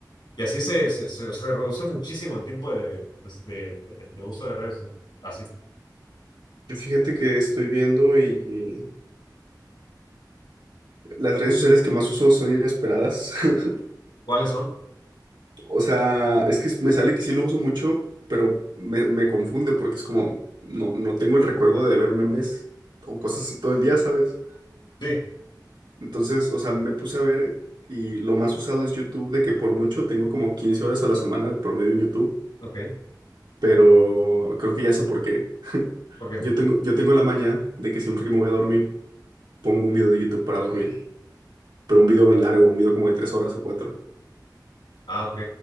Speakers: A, on the left (about 85°); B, on the right (about 85°).
A: Y así se, se, se- se reduce muchísimo el tiempo de, de, de- de uso de redes. ¿no? Así.
B: Yo fíjate que estoy viendo y, Las redes sociales que más uso son inesperadas. <laughs>
A: ¿Cuáles son?
B: O sea, es que me sale que sí lo uso mucho, pero me, me confunde porque es como, no, no tengo el recuerdo de ver memes o cosas así todo el día, ¿sabes?
A: Sí,
B: Entonces, o sea, me puse a ver y lo más usado es YouTube, de que por mucho tengo como 15 horas a la semana de promedio en YouTube,
A: ok.
B: pero creo que ya sé por qué. <laughs>
A: ¿Por qué?
B: Yo tengo, yo tengo la maña de que siempre que me voy a dormir, pongo un video de YouTube para dormir, pero un video largo, un video como de tres horas o cuatro
A: Ah, ok.